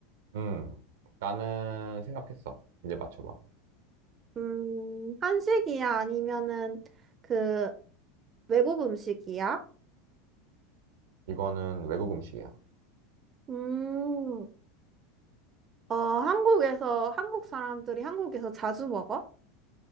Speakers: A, on the right (about 75°); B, on the right (about 30°).
A: 음, 나는 생각했어. 이제 맞춰봐.
B: 음, 한식이야? 아니면은 그 외국 음식이야?
A: 이거는 외국 음식이야.
B: 음, 어, 한국에서, 한국 사람들이 한국에서 자주 먹어?